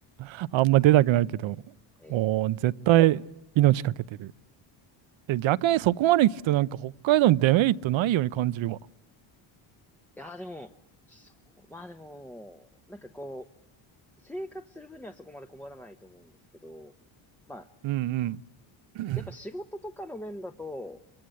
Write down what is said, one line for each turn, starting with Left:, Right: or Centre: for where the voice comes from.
Right: あんま出たくないけど、
Centre: そうです。ええ
Right: おー絶対命かけてる。え、
Centre: そうです。
Right: 逆にそこまで聞くとなんか北海道にデメリットないように感じるわ。
Centre: いやーでも、そう、まあでも、なんかこう、生活する分にはそこまで困らないと思うんですけど、まあ、
Right: うん
Centre: うんやっぱ仕事とかの面だと、
Right: うん <clears throat>